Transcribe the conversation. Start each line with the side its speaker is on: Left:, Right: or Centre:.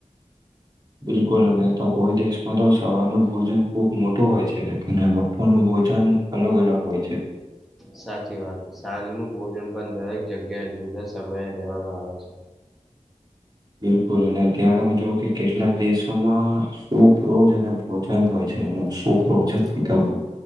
Right: બિલકુલ, અને તો કોઈ દેશમાં તો સવારનું ભોજન ખુબ મોટું હોય છે, અને બપોર નું ભોજન અલગ- અલગ હોય છે. હું <inaudible>
Centre: સાચી વાત, સાંજ નું ભોજન પણ દરેક જગ્યાએ જુદા સમયે લેવામાં આવે છે.
Right: લોકો અને, ત્યા તમે જો કે કેટલાક દેશોમાં શુભ રોજ અને ભોજન હોય છે, એનુ શોકરો, ઓજત પતાવાય.